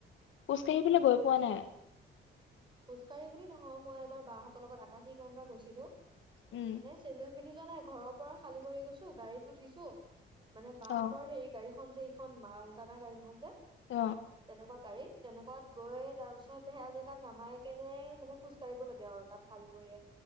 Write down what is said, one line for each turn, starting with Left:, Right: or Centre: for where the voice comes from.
Left: খোজকাাঢ়ি পেললৈ গৈ পোৱা নাই।
Right: খোজকাঢ়ি বুলি নহয় মই এবাৰ বাহঁতৰ লগত আকাশী গংগা গৈছিলো।
Left: উম
Right: মানে চেন্দেল পন্ধি জন নাই ঘৰ পৰা খিৰি গৈছো গাড়ী উঠছো ছ <inaudible> মানে বাহঁতৰ
Left: অ
Right: হেইৰি গাড়ীখন যে খন মাল দানা গাড়ীখন যে
Left: অ
Right: তেনেকুৱা গাড়ীত! তেনেকুৱাত গৈ তাৰ পিছত জেগাত আমাৰ একেবাৰে মানে খোজ কঢ়িব লাগে আৰু তাত শাৰী ভৰিয়ে।